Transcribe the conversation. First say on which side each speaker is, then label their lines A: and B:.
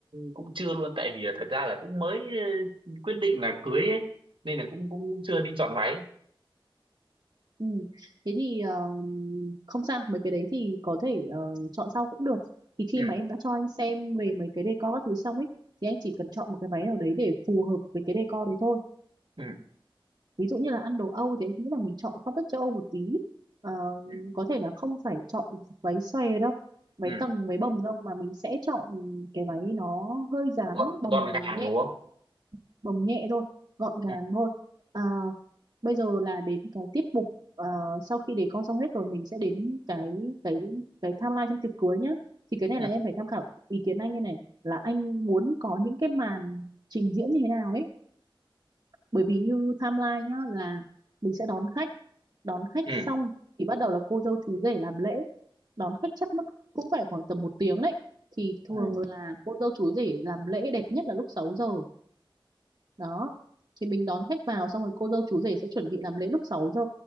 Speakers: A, on the right; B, on the right.
A: cũng chưa luôn tại vì là thật ra là cũng mới ừ, quyết định là cưới ấy nên là cũng cũng chưa đi chọn váy
B: Ừ. Thế thì ờ, không sao, mấy cái đấy thì có thể ờ, chọn sau cũng được. Thì khi
A: ừ
B: mà em đã cho anh xem về mấy cái decor các thứ xong ấy thì anh chỉ cần chọn một cái váy nào đấy để phù hợp với cái decor đấy thôi.
A: ừ
B: Ví dụ như là ăn đồ Âu thì em nghĩ là mình chọn phong cách châu Âu một tí. Ờ,
A: ừ
B: có thể là không phải chọn váy xòe đâu, váy
A: ừ.
B: tầng, váy bồng đâu mà mình sẽ chọn cái váy nó hơi dáng
A: gọn
B: bồng
A: gọn gàng
B: nhẹ
A: đúng không
B: bồng nhẹ thôi gọn gàng
A: ừ
B: thôi à, bây giờ là đến cái tiết mục ờ, sau khi để con xong hết rồi mình sẽ đến cái cái cái timeline trong tiệc cưới nhá thì cái này
A: ừ
B: là em phải tham khảo ý kiến anh như này là anh muốn có những cái màn trình diễn như thế nào ấy bởi vì như timeline nhá là mình sẽ đón khách đón khách
A: ừ
B: xong thì bắt đầu là cô dâu chú rể làm lễ đón khách chắc mất cũng phải khoảng tầm một tiếng đấy thì thường
A: ừ.
B: là cô dâu chú rể làm lễ đẹp nhất là lúc 6 giờ đó thì mình đón khách vào xong rồi cô dâu chú rể sẽ chuẩn bị làm lễ lúc 6 giờ